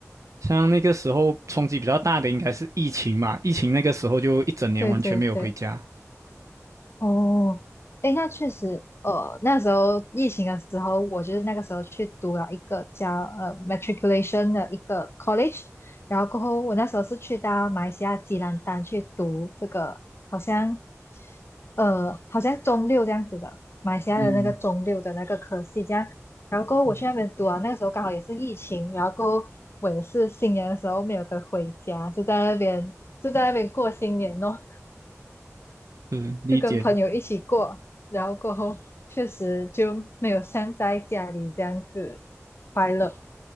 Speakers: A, on the right; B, on the left.
A: 像那个时候冲击比较大的应该是疫情嘛，疫情那个时候就一整年完全没有回家。
B: 对对对。哦，诶，那确实，呃，那时候疫情的时候，我就是那个时候去读了一个叫呃 matriculation 的一个 college，然后过后我那时候是去到马来西亚吉兰丹去读这个，好像呃好像中六这样子的，马来西亚的那个中六的那个科系这样，
A: 嗯
B: 然后过后我去那边读啊，
A: 嗯，
B: 那个时候刚好也是疫情，然后过后我也是新年的时候没有得回家，就在那边就在那边过新年哦。
A: 是理解。
B: 就跟朋友一起过，然后过后确实就没有像在家里这样子快乐。